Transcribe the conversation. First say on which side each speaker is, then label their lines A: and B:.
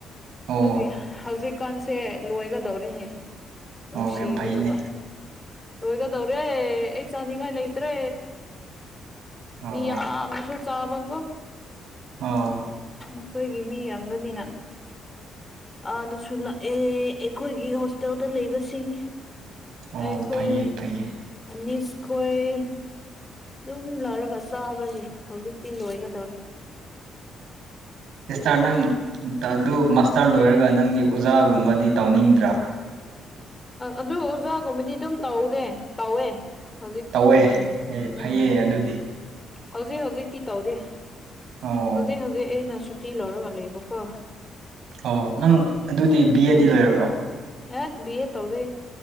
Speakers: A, on the right (about 80°); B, on the left (about 20°).
A: ꯑꯣ
B: ꯑꯗꯨꯒꯤ ꯍꯧꯖꯤꯛꯀꯥꯟꯁꯦ ꯂꯣꯏꯒꯗꯧꯔꯤꯅꯤ ꯅꯨꯡꯁꯤꯕꯗꯨꯒ
A: ꯑꯣ ꯌꯥꯝ ꯐꯩꯅꯦ
B: ꯂꯣꯏꯒꯗꯧꯔꯦ ꯑꯩ ꯆꯥꯅꯤꯡꯉꯥꯏ ꯂꯩꯇ꯭ꯔꯦ
A: ꯑꯣ
B: ꯃꯤ ꯌꯥꯝꯅꯁꯨ ꯆꯥꯕꯀꯣ
A: ꯑꯥꯎ
B: ꯅꯈꯣꯏꯒꯤ ꯃꯤ ꯌꯥꯝꯕꯅꯤꯅ ꯑꯗꯥꯁꯨ ꯂꯥꯛ ꯑꯦ ꯑꯩꯈꯣꯏꯒꯤ ꯍꯣꯁꯇꯦꯜꯗ ꯂꯩꯕꯁꯤꯡ
A: ꯑꯣ
B: ꯑꯩꯈꯣꯏ
A: ꯐꯩꯌꯦ ꯐꯩꯌꯦ
B: ꯃꯤꯁꯈꯣꯏ ꯑꯗꯨꯝ ꯂꯧꯔꯒ ꯆꯥꯕꯒꯤ ꯍꯧꯖꯤꯛꯇꯤ ꯂꯣꯏꯒꯗꯧꯔꯤꯦ
A: ꯁꯤꯁꯇꯔ ꯅꯪ ꯑꯗꯨ ꯃꯥꯁꯇꯔ ꯂꯣꯏꯔꯒ ꯅꯪꯗꯤ ꯑꯣꯖꯥꯒꯨꯝꯕꯗꯤ ꯇꯧꯅꯤꯡꯗ꯭ꯔꯥ
B: ꯑꯗꯨ ꯑꯣꯖꯥꯒꯨꯝꯕꯗꯤ ꯑꯗꯨꯝ ꯇꯧꯗꯦ ꯇꯧꯋꯦ ꯍꯧꯖꯤꯛ
A: ꯇꯧꯋꯦ
B: ꯎꯝ
A: ꯑꯦ ꯐꯩꯌꯦ
B: ꯎꯝ
A: ꯑꯗꯨꯗꯤ
B: ꯍꯧꯖꯤꯛ ꯍꯧꯖꯤꯛꯇꯤ ꯇꯧꯔꯤꯦ
A: ꯑꯣ
B: ꯍꯧꯖꯤꯛ ꯍꯧꯖꯤꯛ ꯑꯩꯅ ꯇꯜ ꯍꯔ ꯂꯩꯕ ꯀꯣ
A: ꯑꯣ ꯅꯪ ꯑꯗꯨꯗꯤ ꯕꯤ ꯑꯦꯗꯤ ꯂꯣꯏꯔꯣ
B: ꯍ ꯕꯤ ꯑꯦ ꯇꯧꯗꯦ